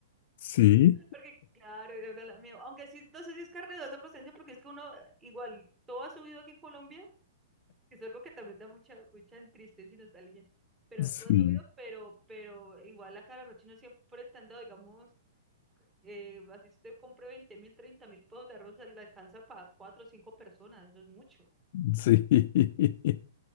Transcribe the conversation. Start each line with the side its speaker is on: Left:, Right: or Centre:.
Left: Sí,
Right: Porque claro, era una la mía. Aunque sí, no sé si es carne de dudosa procedencia, porque es que uno eh, igual todo ha subido aquí en Colombia, que es algo que también da mucha, mucha tristeza y nostalgia. Pero
Left: sí.
Right: todo ha subido, pero, pero igual la cara de rochino siempre te han dado, digamos, eh, así usted compre veinte mil, treinta mil pesos de arroz, le alcanza para cuatro o cinco personas, eso es mucho.
Left: Sí, <laughs>